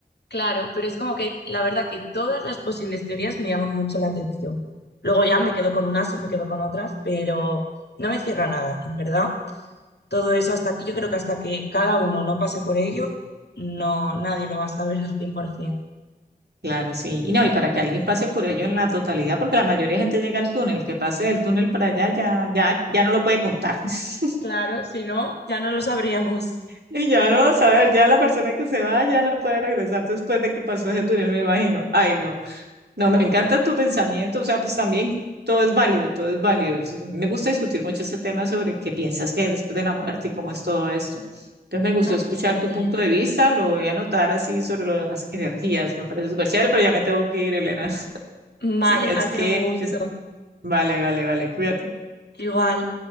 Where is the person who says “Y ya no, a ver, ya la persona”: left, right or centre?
Right